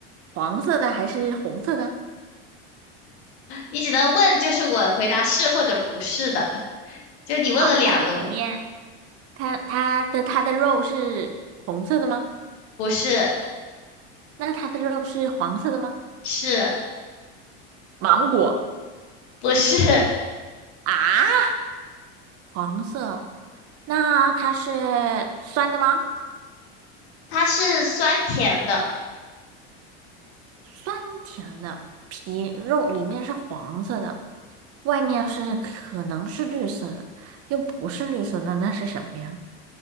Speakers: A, on the right (about 45°); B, on the left (about 85°).
A: 黄色的还是红色的？
B: 你只能问就是我回答是或者不是的。就是你问了两个问，
A: 哦，那它里面它它的它的肉是红色的吗？
B: 是
A: 那它的肉是黄色的吗？
B: 是
A: 芒果
B: 不是？
A: 啊，黄色，那它是酸的吗？
B: 它是酸甜的。
A: 酸甜的，皮肉里面是黄色的，外面是可能是绿色的，又不是绿色的，那是什么呀？